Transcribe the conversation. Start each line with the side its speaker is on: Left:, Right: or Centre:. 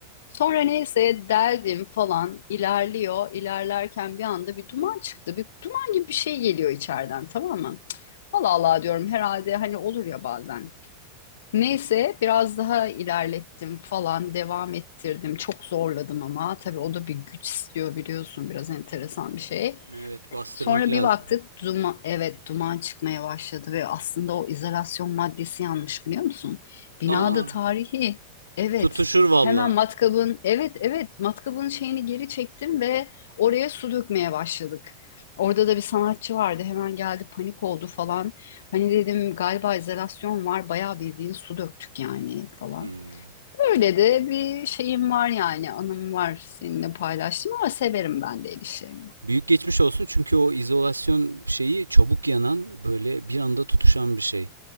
Left: Sonra neyse deldim falan ilerliyor. İlerlerken bir anda bir duman çıktı. Bir duman gibi bir şey geliyor içeriden tamam mı? Allah Allah diyorum herhalde hani olur ya bazen. Neyse biraz daha ilerlettim falan devam ettirdim. Çok zorladım ama tabii o da bir güç istiyor biliyorsun biraz enteresan bir şey.
Right: Evet bastırmak
Left: Sonra
Right: lazım.
Left: bir baktık duman, evet duman çıkmaya başladı ve aslında o izolasyon maddesi yanmış biliyor musun? Binada
Right: Aa.
Left: tarihi evet
Right: Tutuşur valla.
Left: hemen matkabın evet evet matkabın şeyini geri çektim ve oraya su dökmeye başladık. Orada da bir sanatçı vardı hemen geldi panik oldu falan. Hani dedim galiba izolasyon var bayağı bildiğin su döktük yani falan.
Right: Hmm.
Left: Öyle de bir şeyim var yani anım var seninle paylaştım ama severim ben de el işlerini.
Right: Büyük geçmiş olsun çünkü o izolasyon şeyi çabuk yanan böyle bir anda tutuşan bir şey.